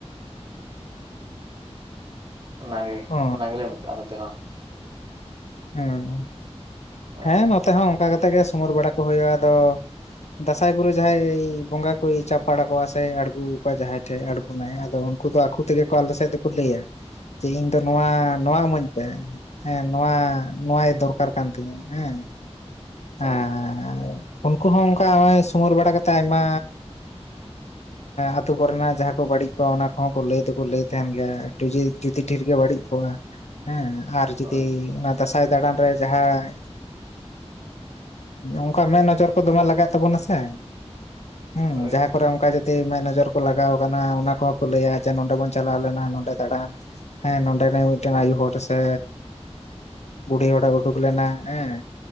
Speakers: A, on the right; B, on the left.
A: ᱚᱱᱟᱜᱮ
B: ᱚ
A: ᱚᱱᱟ ᱜᱮᱞᱮ ᱢᱮᱛᱟᱜᱼᱟ ᱱᱚᱛᱮ ᱦᱚᱸ
B: ᱦᱮᱸ
A: ᱦᱳᱭ
B: ᱦᱮᱸ ᱱᱚᱛᱮ ᱦᱚᱸ ᱚᱱᱠᱟ ᱠᱟᱛᱮ ᱜᱮ ᱥᱩᱢᱩᱨ ᱵᱟᱲᱟ ᱠᱚ ᱦᱩᱭᱩᱜᱼᱟ ᱟᱫᱚ ᱫᱟᱸᱥᱟᱸᱭ ᱜᱩᱨᱩ ᱡᱟᱦᱟᱸᱭ ᱵᱚᱸᱜᱟ ᱠᱚᱭ ᱪᱟᱯᱟᱲ ᱟᱠᱚᱣᱟ ᱥᱮᱭ ᱟᱬᱜᱳ ᱠᱚᱣᱟᱭ ᱡᱟᱦᱟᱸᱭ ᱴᱷᱮᱡ ᱟᱬᱜᱳ <unintelligible> ᱟᱫᱚ ᱩᱱᱠᱩ ᱫᱚ ᱟᱠᱚ ᱛᱮᱜᱮ ᱠᱚ ᱟᱞᱮ ᱥᱮᱫ ᱫᱚᱠᱚ ᱞᱟᱹᱭᱟ ᱡᱮ ᱤᱧ ᱫᱚ ᱱᱚᱣᱟ ᱱᱚᱣᱟ ᱤᱢᱟᱹᱧ ᱯᱮ ᱦᱮᱸ ᱱᱚᱣᱟ ᱱᱚᱣᱟᱭ ᱫᱚᱨᱠᱟᱨ ᱠᱟᱱ ᱛᱤᱧᱟᱹ ᱦᱮᱸ
A: ᱦᱳᱭ
B: ᱟᱻᱨ
A: ᱦᱳᱭ
B: ᱩᱱᱠᱩ ᱦᱚᱸ ᱚᱱᱠᱟ ᱱᱚᱜᱼᱚᱭ ᱥᱚᱢᱟᱹᱨ ᱵᱟᱲᱟ ᱠᱟᱛᱮ ᱟᱭᱢᱟ ᱟᱛᱳ ᱠᱚᱨᱮᱱᱟᱜ ᱡᱟᱦᱟᱸ ᱠᱚ ᱵᱟᱹᱲᱤᱡ ᱠᱚ ᱚᱱᱟ ᱠᱚᱦᱚᱸ ᱠᱚ ᱞᱟᱹᱭ ᱫᱚᱠᱚ ᱞᱟᱹᱭ ᱛᱟᱦᱮᱸᱱ ᱜᱮᱭᱟ ᱴᱩᱫᱤ ᱡᱩᱫᱤ ᱰᱷᱮᱨ ᱜᱮ ᱵᱟᱹᱲᱤᱡ ᱦᱮᱸ ᱟᱨ ᱡᱩᱫᱤ
A: ᱦᱳᱭ
B: ᱚᱱᱟ ᱫᱟᱸᱥᱟᱭ ᱫᱟᱬᱟᱱ ᱨᱮ ᱡᱟᱦᱟᱸ ᱚᱱᱠᱟ ᱢᱮᱫ ᱱᱚᱡᱚᱨ ᱠᱚ ᱫᱚᱢᱮ ᱞᱟᱜᱟᱜ ᱛᱟᱵᱚᱱᱟ ᱥᱮ ᱦᱩᱸ
A: ᱦᱳᱭ
B: ᱡᱟᱦᱟᱸ
A: ᱦᱳᱭ
B: ᱠᱚᱨᱮ ᱚᱱᱠᱟ ᱡᱩᱫᱤ ᱡᱩᱫᱤ ᱢᱮᱫ ᱱᱚᱡᱚᱨ ᱠᱚ ᱞᱟᱜᱟᱣ ᱠᱟᱱᱟ ᱚᱱᱟ ᱠᱚᱦᱚᱸ ᱠᱚ ᱞᱟᱹᱭᱟ ᱡᱮ ᱱᱚᱰᱮ ᱵᱚᱱ ᱪᱟᱞᱟᱣ ᱞᱮᱱᱟ ᱱᱚᱰᱮ ᱫᱟᱬᱟᱱ ᱦᱮᱸ ᱱᱚᱸᱰᱮᱱᱤᱡ ᱢᱤᱫ ᱴᱮᱱ ᱟᱭᱳ ᱦᱚᱲ ᱥᱮ ᱵᱩᱰᱦᱤ ᱦᱚᱲᱮ ᱩᱰᱩᱠ ᱞᱮᱱᱟ ᱦᱮᱸ